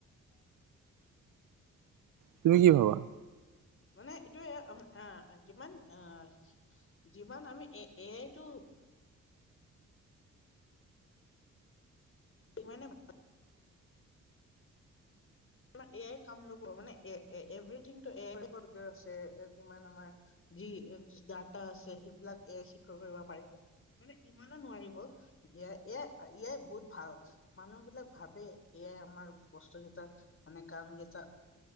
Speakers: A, on the right (about 70°); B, on the left (about 40°).
A: তুমি কি ভাবা?
B: মানে এইটোয়ে আহ যিমান আহ যিমান আমি এ এ আইতো সিমানে ভা আমাৰ এ আই কাম ল'ব মানে এ এ এভৰিথিং টো এ আই কম্পিউটাৰ আছে যিমান আমাৰ যি ডাটা আছে সেইবিলাক এ আই শিকিব কৰিব পাৰিব। মানে ইমানো নোৱাৰিব এ আই এ আই বহুত ভাল মানুহ বিলাক ভাবে এ আই আমাৰ বস্তু কেইটা মানে কাম কেইটা